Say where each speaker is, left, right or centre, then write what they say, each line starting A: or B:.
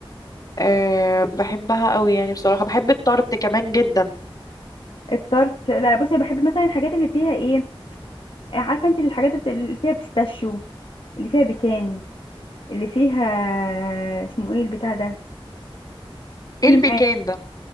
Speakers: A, on the left; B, on the left.
A: أه بحبها قوي يعني بصراحة بحب التارت كمان جدا
B: التارت لا بصي بحب مثلا الحاجات اللي فيها إيه عارفة أنت الحاجات اللي فيها بيستاشيو اللي فيها بيكان اللي فيها اسمه إيه البتاع ده قولي
A: ايه البيكان ده